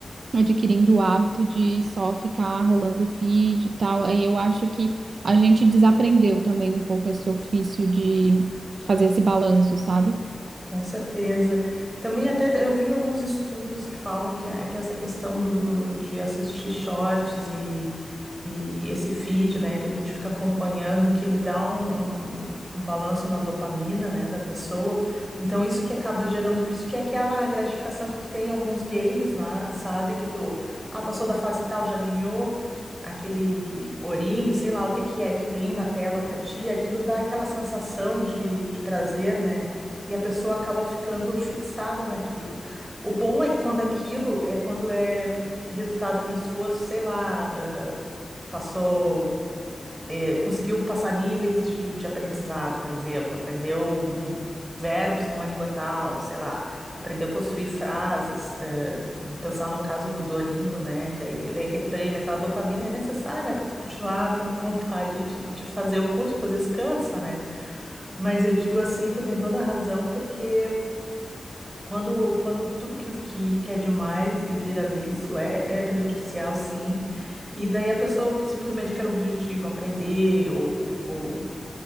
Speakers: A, on the right; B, on the right.
A: adquirindo o hábito de só ficar rolando feed e tal. Aí eu acho que a gente desaprendeu também um pouco esse ofício de fazer esse balanço, sabe?
B: Com certeza. Também até eu vi alguns estudos que falam que, a- que essa questão do, do- de assistir shorts e, e esse feed, né, que a gente fica acompanhando, que ele dá um, um, um balanço na dopamina, né, da pessoa. Então, isso que acaba gerando isso, que é aquela gratificação que tu tem em alguns games, né, sabe? Que tu, ah, passou da fase tal, já ganhou, aquele ourinho, sei lá o que que é que vem na tela para ti, aquilo dá aquela sensação de, de prazer, né? E a pessoa acaba ficando fixada naquilo. O bom é que quando aquilo é quando é resultado de um esforço, sei lá, eh, passou conseguiu passar níveis de, de aprendizado, por exemplo, aprendeu hum, verbos numa língua tal, sei lá, aprendeu a construir frases, eh, pensar no caso do Duolingo, né? E daí vem aquele prêmio, aquela dopamina é necessária para tu continuar tendo vontade de, de fazer o curso, porque às vezes cansa, né? Mas eu digo assim, tu tem toda a razão, porque quando, quando tudo que, que, que é demais e vira vício é, é prejudicial, sim. E daí a pessoa simplesmente quer o objetivo, aprender ou, ou